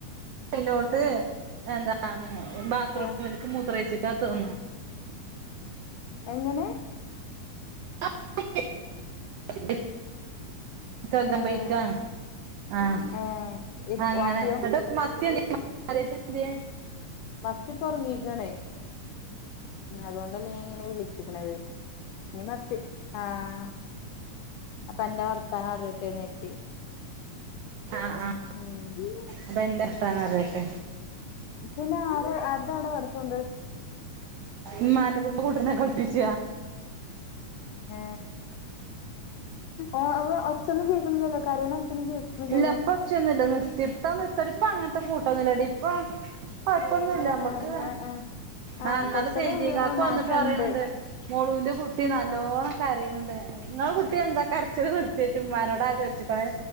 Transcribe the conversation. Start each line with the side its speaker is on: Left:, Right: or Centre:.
Right: ലോട്ട് എന്താണ് ബാത്റൂമിലെക്ക്
Left: ഏഹ്
Right: മൂത്രേച്ചക്കാ തോന്നുന്നു
Left: എങ്ങനെ
Right: <unintelligible> കയുകാൻ
Left: ഏഹ്
Right: പോയിക്ക ആഹ
Left: ഏഹ് ഇപ്
Right: അങ്ങനെ.
Left: വാപ്പിയോ
Right: <unintelligible>
Left: മറ്റേ പ്പൊ ഒറങ്ങീക്കണേ ഉ അതുകൊണ്ടല്ലേ ഞാൻ ഇങ്ങനെ വിളിച്ചിക്കണത് ഇനി മത്തി ആഹ അപ്പൊ അന്റെ വർത്താനം അറിയട്ടെ ന്ന് കരുതി
Right: ആഹ ആഹ
Left: ഉം
Right: അപ്പൊ എന്തർഥന്ന് അറിയട്ടെ
Left: പിന്നെ ആര് ആരുടൊട വടസുണ്ട്
Right: മ്മന്റത്. മ്മ കുട്ടിനെ കുളിപ്പിച്ച
Left: ഏ അവ ഒച്ചൊന്നും കേൾക്കുന്നില്ലല്ലോ കരയണ ഒച്ചൊന്നും കേൾക്കുന്നില്ലല്ലോ
Right: ഇല്ല ഇപ്പ ഒച്ചൊന്നും ഇ നിർത്തിത്താ നിർത്തടി ഇപ്പ അങ്ങനത്തെ കൂട്ടം ന്നു ഇപ്പ കുഴപ്പൊന്നുല്ല
Left: ഏഹ്
Right: മ്മക്ക്
Left: ഏഹ് ഏഹ് ആഹ്
Right: ആ എന്നാല
Left: കൊറച്ചൊക്കെ
Right: സേജീകക്കെ
Left: മാറ്റണ്ട്
Right: വന്നിട്ട് പറിയണണ്ട് മോളുവിന്റെ കുട്ടി നല്ലോണം
Left: ആഹ്
Right: കരയണണ്ട് നിങ്ങളെ കുട്ടി എന്താ കരച്ചത് നിർത്തിയ ചുമ്മാനോട് ആചോദച്ചണേ